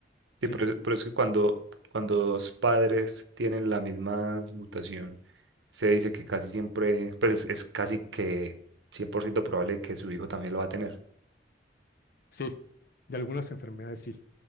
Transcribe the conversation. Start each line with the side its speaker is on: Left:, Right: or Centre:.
Right: Sí,
Left: sí,
Right: por eso, por eso que cuando, cuando dos padres tienen la misma mutación, se dice que casi siempre, pues es, es casi que 100% probable que su hijo también lo va a tener.
Left: sí, de algunas enfermedades sí.